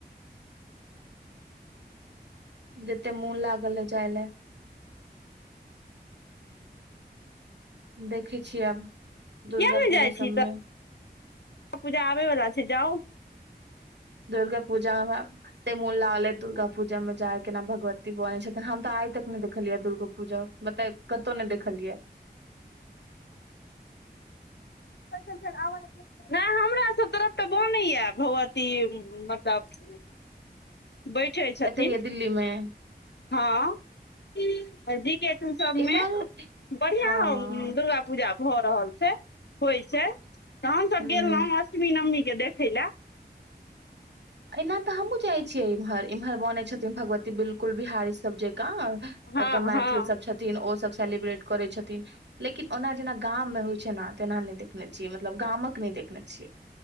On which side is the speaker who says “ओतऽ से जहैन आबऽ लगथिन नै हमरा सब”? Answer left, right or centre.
Left